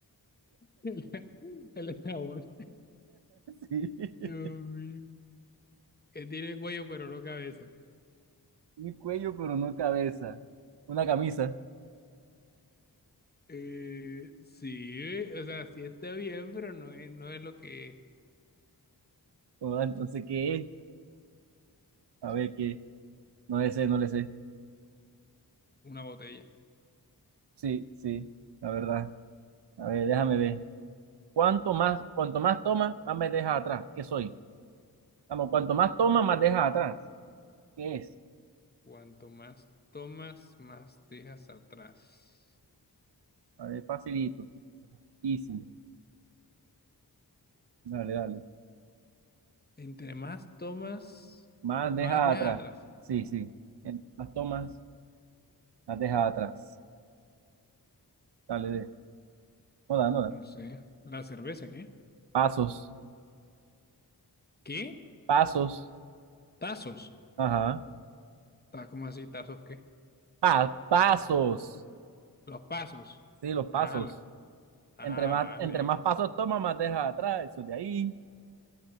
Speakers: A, on the left; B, on the right.
A: <laughs> El, el jabón.
B: Sí.
A: Dios mío. Que tiene cuello pero no cabeza.
B: Un cuello, pero no cabeza. Una camisa.
A: Eh, sí, o sea, sí está bien, pero no es, no es lo que es
B: Oh, entonces, ¿qué es? A ver, ¿qué? No le sé, no le sé.
A: una botella.
B: Sí, sí, la verdad. A ver, déjame ver. Cuanto más, cuanto más toma, más me deja atrás. ¿Qué soy? Vamos, cuanto más toma, más deja atrás. ¿Qué es?
A: Cuanto más tomas, más dejas atrás.
B: A ver, facilito. Easy. Dale, dale.
A: Entre más tomas,
B: Más
A: más
B: dejas
A: dejas
B: atrás.
A: atrás.
B: Sí, sí. En- Más tomas, más dejas atrás. Dale, de. No da, no da.
A: No sé. ¿La cerveza qué?
B: Pasos,
A: ¿Qué?
B: pasos.
A: Tazos.
B: Ajá.
A: Ta- ¿Cómo así? ¿Tazos qué?
B: Pa- pasos.
A: Los pasos.
B: Sí, los
A: Ah,
B: pasos.
A: los... ah,
B: Entre más,
A: vale.
B: entre más pasos tomas, más dejas atrás. Eso de ahí.